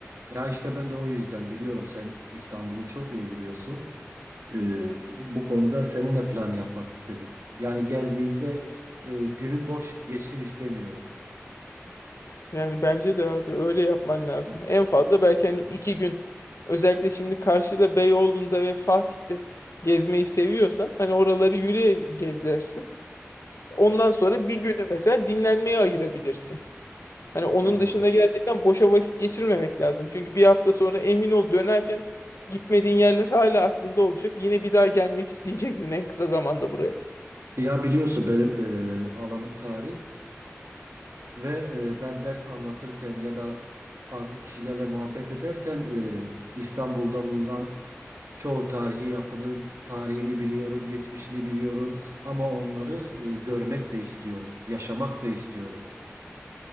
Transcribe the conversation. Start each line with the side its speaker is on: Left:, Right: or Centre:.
Right: Ya işte ben de o yüzden biliyorum sen İstanbul'u çok iyi biliyorsun. Ee, bu konuda seninle plan yapmak istedim. Yani geldiğimde e, günün boş geçsin istemiyorum.
Left: Yani bence de abi öyle yapman lazım.
Right: Hı,
Left: En fazla belki hani iki gün. Özellikle şimdi karşıda Beyoğlu'nda ve Fatih'te gezmeyi seviyorsan hani oraları yürüye gezersin. Ondan sonra bir günü mesela dinlenmeye ayırabilirsin. Hani onun
Right: anladım.
Left: dışında gerçekten boşa vakit geçirmemek lazım. Çünkü bir hafta sonra emin ol dönerken gitmediğin yerler hala aklında olacak. Yine bir daha gelmek isteyeceksin en kısa zamanda buraya.
Right: Ya biliyorsun benim e, alanım tarih ve e, ben ders anlatırken ya da farklı kişilerle muhabbet ederken e, İstanbul'da bulunan çoğu tarihi yapının tarihini biliyorum, geçmişini biliyorum ama onları e, görmek de istiyorum, yaşamak da istiyorum.